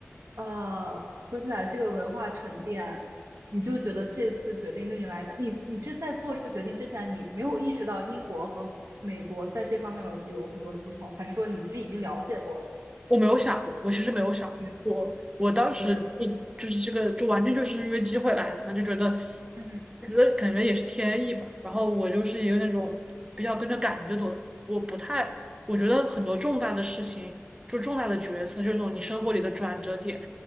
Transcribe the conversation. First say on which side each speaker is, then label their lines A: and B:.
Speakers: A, on the right; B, on the right.
A: 呃，说起来这个文化沉淀，你就觉得这次决定对你来讲，你你是在做这个决定之前，你没有意识到英国和美国在这方面有有很多的不同，还是说你其实已经了解过了？
B: 我没有想过，我其实没有想过，
A: 嗯，
B: 我我当时就就是这个，
A: 对，
B: 就完全就是因为机会来了嘛，就觉得，
A: 嗯
B: 我觉得感觉也是天意吧。然后我就是一个那种比较跟着感觉走的人，我不太，我觉得很多重大的事情，就重大的决策，就那种你生活里的转折点，